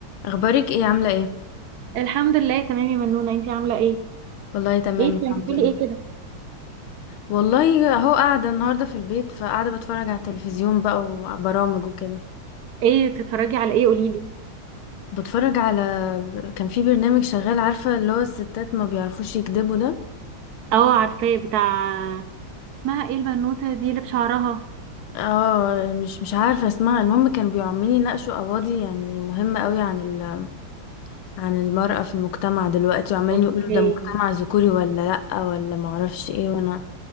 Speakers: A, on the left; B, on the right.
A: اخبارك ايه عامله ايه
B: الحمد لله تمام يا منونة انتي عاملة ايه؟
A: والله تمام
B: ايه
A: الحمد
B: بتعملي
A: لله
B: ايه كده؟
A: والله اهو قاعده النهارده في البيت فقاعده بتفرج على التلفزيون بقى وبرامج وكده
B: ايه بتتفرجي على ايه قوليلي؟
A: بتفرج على كان في برنامج شغال عارفه اللي هو الستات ما بيعرفوش يكذبوا ده
B: اه عارفاه بتاع اسمها ايه البنوتة دي اللي بشعرها
A: اه مش مش عارفه اسمها المهم كانوا بيعملين يناقشوا قواضي يعني مهمه قوي عن ال عن المرأة في المجتمع دلوقتي وعمالين
B: اوكي
A: يقولوا ده مجتمع ذكوري ولا لأ ولا معرفش ايه وانا